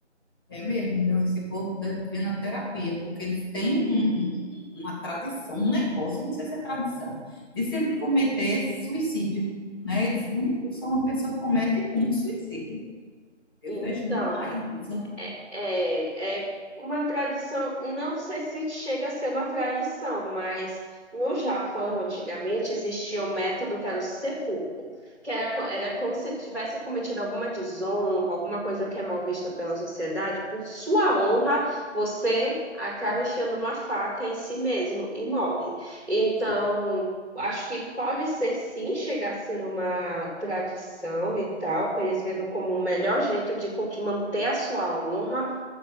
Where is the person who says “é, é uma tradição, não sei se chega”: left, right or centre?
Centre